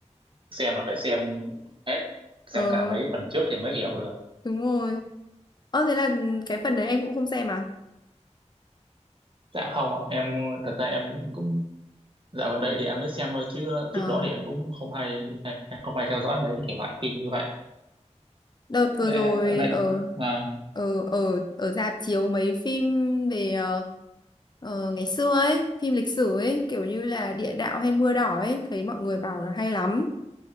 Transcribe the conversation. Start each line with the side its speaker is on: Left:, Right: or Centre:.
Right: xem là phải xem hết xem
Left: ờ
Right: cả mấy phần trước thì mới hiểu được
Left: đúng rồi ờ thế là ừ, cái phần đấy em cũng không xem à
Right: dạ không ạ em thật ra em cũng, cũng dạo gần đây thì em mới xem thôi chứ
Left: ờ
Right: trước đó thì em cũng không hay, hay không hay theo dõi mấy thể loại phim như vậy
Left: đợt vừa
Right: Ờ,
Left: rồi
Right: vậy
Left: ở
Right: ạ. vâng
Left: ở ở ở rạp chiếu mấy phim về ờ, ờ, ngày xưa ấy phim lịch sử ấy kiểu như là Địa đạo hay Mưa đỏ ấy thấy mọi người bảo là hay lắm